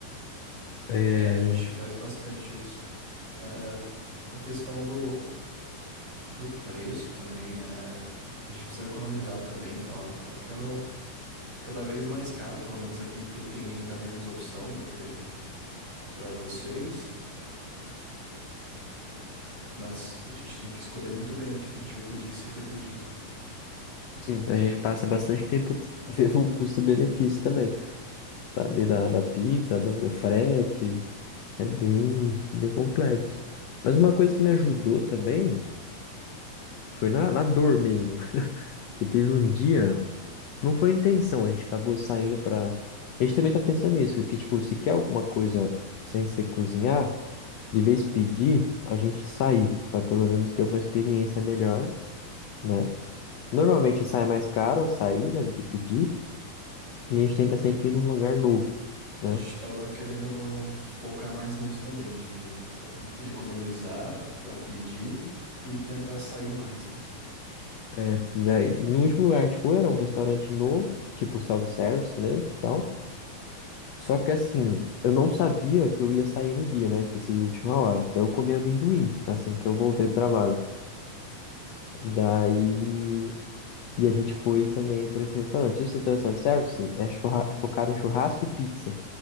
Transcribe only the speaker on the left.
É,
sim, a gente passa bastante tempo t- <laughs> vendo o custo-benefício também, sabe? Da, da pizza, do, do frete, é bem, bem complexo. Mas uma coisa que me ajudou também. Foi na, na dor mesmo. Que teve um dia, não foi intenção, a gente acabou saindo pra. A gente também tá pensando nisso, que tipo, se quer alguma coisa sem ser cozinhar, de vez pedir, a gente sair, pra pelo menos ter uma experiência melhor, né? Normalmente sai mais caro sair, né, do que pedir, e a gente tenta sempre ir num lugar novo,
né?
É. Daí, e no último lugar que a gente foi era um restaurante novo, tipo self-service mesmo e tal. Só que assim, eu não sabia que eu ia sair no dia, né? A gente decidiu de última hora. Daí eu comi amendoim, assim que eu voltei do trabalho. Daí. E a gente foi também por esse restaurante. Esse restaurante self-service é churra- é focado em churrasco e pizza.